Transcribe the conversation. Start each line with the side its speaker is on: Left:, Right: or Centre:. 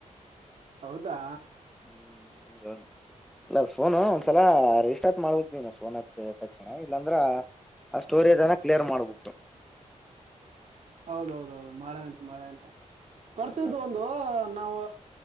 Right: ಹೌದಾ
Centre: ಹ್ಮ್ ಇಲ್ಲ ಫೋನು ಒಂದ್ಸಲ ರಿಸ್ಟಾರ್ಟ್ ಮಾಡ್ಬಕ್ ನೀ ಫೋನ್ ಆಪ್ ತಕ್ಷಣ ಇಲ್ಲಾಂದ್ರ ಆ ಸ್ಟೋರೇಜ್ ಅನ್ನ ಕ್ಲಿಯರ್ ಮಾಡ್ಬೇಕು
Right: ಹೌದೌದೌದು ಮಾಡನಂತೆ ಮಾಡನಂತೆ ಪರಶು
Centre: ಹೌದಾ.
Right: ಇದು ಒಂದು ನಾವು